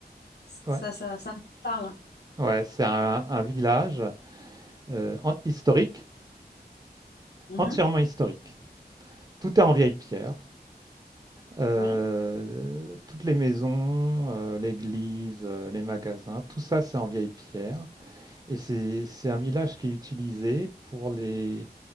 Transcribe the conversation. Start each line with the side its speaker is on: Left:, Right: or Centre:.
Left: ça,
Right: Ouais,
Left: ça, ça me parle.
Right: ouais, c'est un, un village euh, en- historique,
Left: Mhm.
Right: entièrement historique. Tout est en vieille pierre. Euh,
Left: Ouais.
Right: toutes les maisons, euh, l'église, euh, les magasins, tout ça c'est en vieille pierre. Et c'est c'est un village qui est utilisé pour les,